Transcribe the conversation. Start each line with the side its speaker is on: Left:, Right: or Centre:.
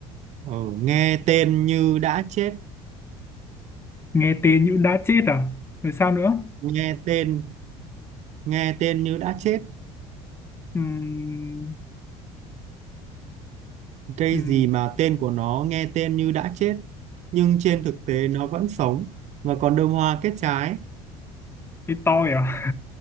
Right: Ừ, nghe tên như đã chết,
Left: nghe tên như đã chết à rồi sao nữa
Right: nghe tên, nghe tên như đã chết.
Left: Ừm,
Right: Cây
Left: ừm,
Right: gì mà tên của nó nghe tên như đã chết nhưng trên thực tế nó vẫn sống và còn đơm hoa kết trái.
Left: cái tôi à